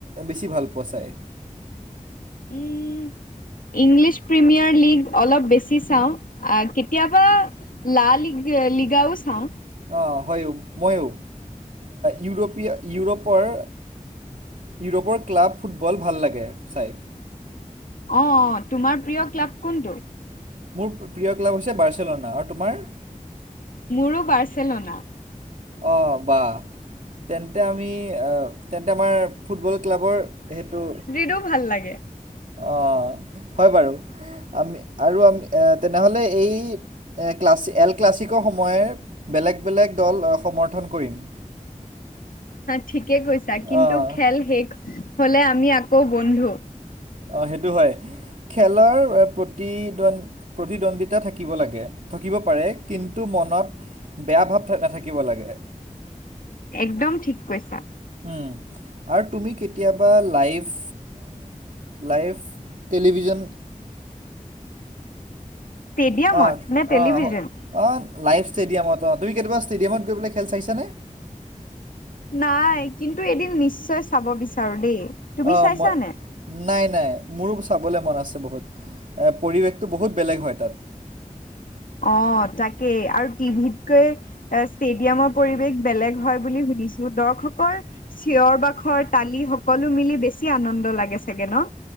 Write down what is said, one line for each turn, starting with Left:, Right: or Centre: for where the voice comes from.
Right: বেছি ভাল পোৱা চাই?
Left: উম ইংলিছ প্ৰিমিয়াৰ লীগ অলপ বেছি চাওঁ আ, কেতিয়াবা লাল লিগাও চাওঁ।
Right: অ' হয় মইয়ো, ইউৰোপীয় ইউৰোপৰ, ইউৰোপৰ ক্লাব ফুটবল ভাল লাগে চাই।
Left: অ' তোমাৰ প্ৰিয় ক্লাব কোনটো?
Right: মোৰ প্ৰিয় ক্লাব হৈছে বাৰ্চেলোনা আৰু তোমাৰ?
Left: মোৰো বাৰ্চেলোনা।
Right: অঁ বা তেন্তে আমি তেন্তে আমাৰ ফুটবল ক্লাবৰ সেইটো
Left: ড <unintelligible> ভাল লাগে
Right: অ হয় বাৰু আমি আৰু আমি এ তেনেহ'লে এই এ ক্লাছ এল ক্লাছিকৰ সময়ে বেলেগ বেলেগ দল সমৰ্থন কৰিম <inaudible>
Left: ঠিকে কৈছা কিন্তু
Right: অঁ
Left: খেল শেষ হলে আমি আকৌ বন্ধু
Right: অঁ সেইটো হয় খেলৰ প্ৰতিদ্ব প্ৰতিদ্বন্দ্বিতা থাকিব লাগে থাকিব পাৰে কিন্তু মনত বেয়া ভাৱ থা নাথাকিব লাগে
Left: একদম ঠিক কৈছা
Right: হম আৰু তুমি কেতিয়াবা লাইভ লাইভ টেলিভিজন
Left: ষ্টেডিয়ামত
Right: অ
Left: নে টেলিভিজন
Right: অ অ লাইভ ষ্টেডিয়ামত অ তুমি কেতিয়াবা ষ্টেডিয়ামত গৈ পেলাই খেল চাইছানে?
Left: নাই কিন্তু এদিন নিশ্চয় চাব বিচাৰো দেই তুমি
Right: অ
Left: চাইছানে
Right: মই নাই নাই মোৰো চাবলৈ মন আছে বহুত পৰিৱেশটো বহুত বেলেগ হয় তাত
Left: অ তাকেই আৰু টিভিতকৈ এ ষ্টেডিয়ামৰ পৰিৱেশ বেলেগ হয় বুলি শুনিছো দৰ্শকৰ চিঞৰ বাখৰ তালি সকলো মিলি বেছি আনন্দ লাগে চাগে ন